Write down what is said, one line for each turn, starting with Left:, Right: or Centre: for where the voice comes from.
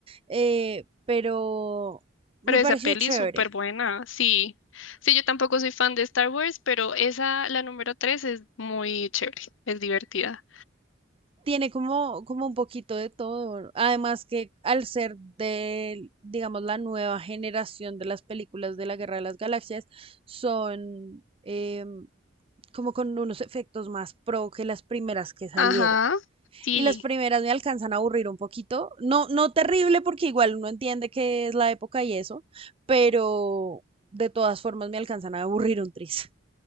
Right: eh, pero me
Left: Pero
Right: pareció
Left: esa peli
Right: chévere.
Left: es súper buena, sí. Sí, yo tampoco soy fan de Star Wars, pero esa, la número 3 es muy chévere, es divertida.
Right: tiene como, como un poquito de todo. ¿no? Además que al ser de, digamos, la nueva generación de las películas de la Guerra de las Galaxias, son eh, como con unos efectos más pro que las primeras que salieron.
Left: Ajá, sí.
Right: Y las primeras me alcanzan a aburrir un poquito. No, no terrible porque igual uno entiende que es la época y eso, pero de todas formas me alcanzan a aburrir un tris.